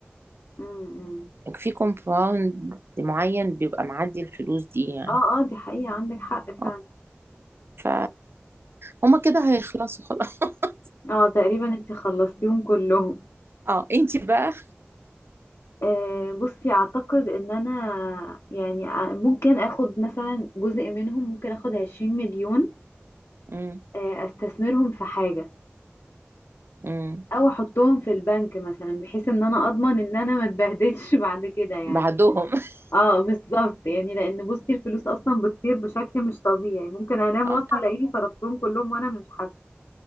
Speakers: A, on the left (about 80°); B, on the right (about 65°).
A: <laughs> امم
B: في كومباوند معين بيبقى معدي الفلوس دي يعني
A: اه اه دي حقيقه عندك حق فعلا
B: آه، ف هما كده هيخلصوا خلاص <laughs>
A: اه تقريبا انتي خلصتيهم كلهم
B: اه انت بقى
A: آه، بصي اعتقد ان انا يعني ع- ممكن اخد مثلا جزء منهم ممكن اخد عشرين مليون
B: امم
A: آه، استثمرهم في حاجة
B: امم
A: او احطهم في البنك مثلا بحيث ان انا اضمن ان انا ما اتبهدلش <laughs> بعد كده يعني
B: بعدهم <laughs>
A: اه بالظبط يعني لان بصي الفلوس اصلا بتطير بشكل مش طبيعي ممكن انام
B: اه
A: واصحى
B: طب
A: الاقيني صرفتهم كلهم وانا مش حاسة